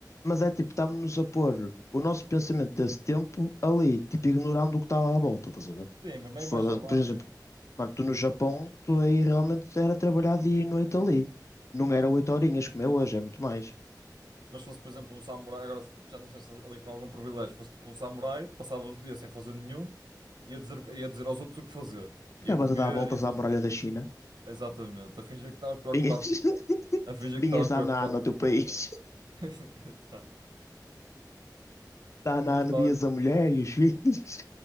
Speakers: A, on the left; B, on the right.
A: mas é tipo, estamos-nos a pôr o nosso pensamento desse tempo ali, tipo, ignorando o que estava à volta, estás a ver?
B: sim, mas meio
A: Que foda-
B: mais javarde,
A: Por exemplo, mano, tu no Japão, tu aí realmente era trabalhar dia e noite ali. Não era oito horinhas como é hoje, é muito mais.
B: Mas se fosse, por exemplo, um samurai, agora se já nasceste ali com algum privilégio, fosse tipo um samurai, passavas o dia sem fazer nenhum, ia dizer, o que- ia dizer aos outros o que fazer. Ia
A: Acabas
B: comer,
A: a dar voltas
B: ia fazer...
A: à muralha da China.
B: Exatamente, a fingir que estavas preocupado
A: Vinhas, <laughs>
B: com... A fingir
A: vinhas
B: que estavas
A: dar
B: preocupado
A: na no teu país.
B: com... <laughs> Exato.
A: Dá na
B: Fingias
A: ano,
B: que estavas
A: vias a mulher e os filhos.